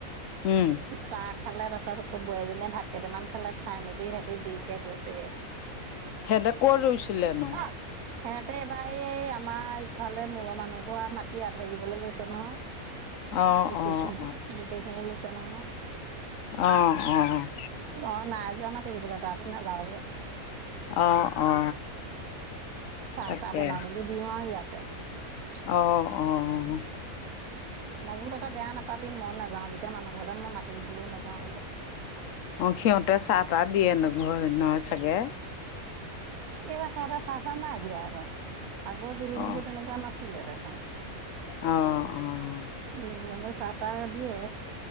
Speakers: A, on the left (about 70°); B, on the right (about 85°).
A: উম,
B: চাহ খালে তাৰ পিছত আকৌ বোৱাৰীজনীয়ে ভাত কেইটামান খালে খাই মেলি সেতি দিৰিকে গৈছেগে।
A: হেতে কত ৰুইছিলে নো।
B: আহ সিহঁতে এইবাৰ এই আমাৰ ইফালে মূৰৰ মানুহ ঘৰ মাটি আধেই ৰুবলৈ লৈছে নহয়।
A: অ', অ',
B: গোটেই খিনি গোটেই খিনিলৈছে নহয়।
A: অ' অ'।
B: ম নাই যোৱা মাতি ৰুবলৈ তাতো নাযাওঁ যে।
A: অ' অ'
B: চাহ
A: তাকে
B: তাহ বনাই মেলি দিওঁ আৰু ইয়াতে।
A: অ' অ'।
B: মই বোলো কতে বেয়া নাপাবি মই নাযাও যেতিয়া মানুহৰ কথা মই মাতি ৰোবলও নাযাওঁ বোলো।
A: অ' সিহঁতে চাহ তাহ দিয়ে ন ঘৰ নহয় চাগে।
B: এইবাৰ সিঁহতে চাহ তাহ নাই দিয়া আৰু আগৰ জিলিনবোৰ
A: অ',
B: তেনেকুৱা নাছিলে দেখোন।
A: অ' অ'।
B: <unintelligible> চাহ টাহ দিয়ে।